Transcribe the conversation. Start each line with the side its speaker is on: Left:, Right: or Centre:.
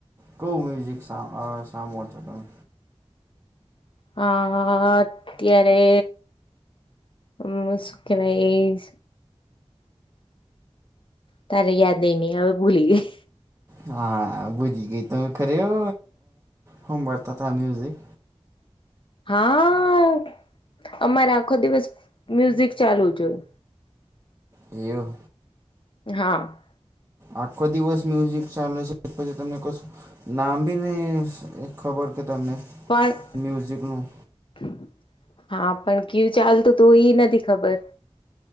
Right: કયું મ્યુઝિક સા અ સામોછો, તમે?
Left: હા અત્યારે હમ શુ કેવાય એજ તારે યાદેય ની આવે ભૂલી ગેય
Right: હા, બુજી ગઈ તમે ખરે અ હંભાળતા તા મ્યુઝિક.
Left: હા અમારે આખો દિવસ મ્યુઝિક ચાલુ જોય
Right: એવુ
Left: હા.
Right: આખો દિવસ મ્યુઝિક ચાલે છે, પછી તમને કશું નામ ભી નહી ખબર કે તમને?
Left: પણ
Right: મ્યુઝિકનું
Left: હા પણ કયુ ચાલતું તો ઈ નથી ખબર